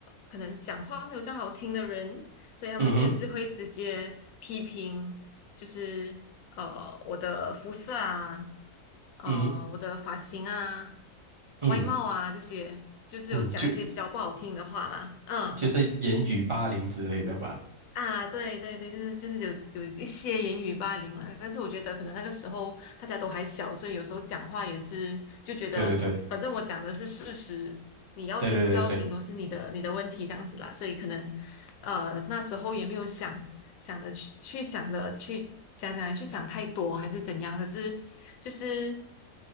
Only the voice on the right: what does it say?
嗯哼，
嗯嗯
嗯，就
就是言语霸凌之类的吧。
对对对
对对对对，